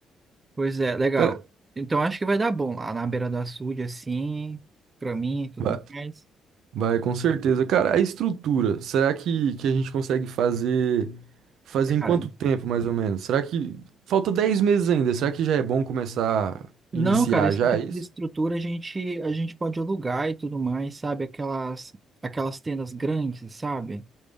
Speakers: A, on the right (about 25°); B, on the right (about 75°).
A: Pois é, legal.
B: Cara,
A: Então acho que vai dar bom lá na beira do açude, assim, pra mim e tudo
B: vai,
A: mais.
B: vai, com certeza. Cara, a estrutura, será que, que a gente consegue fazer, fazer em
A: Cara,
B: quanto tempo, mais ou menos? Será que falta 10 meses ainda? Será que já é bom começar,
A: não,
B: iniciar
A: cara, esse
B: já
A: tipo
B: é isso?
A: de estrutura a gente, a gente pode alugar e tudo mais, sabe? Aquelas, aquelas tendas grandes, sabe?